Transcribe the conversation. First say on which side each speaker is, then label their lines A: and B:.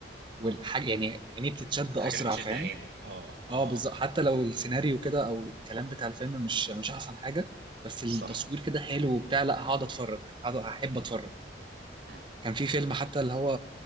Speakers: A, on the right; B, on the right.
A: والحاجه يعني عيني بتتشد اسرع
B: حاجه اللي بتشد
A: فاهم
B: عينك اه اه
A: اه بالظبط حتى لو السيناريو كده او الكلام بتاع الفيلم مش مش احسن حاجه بس
B: صح
A: التصوير كده حلو وبتاع لا هقعد اتفرج هقعد هحب اتفرج
B: مم.
A: كان في فيلم حتى اللي هو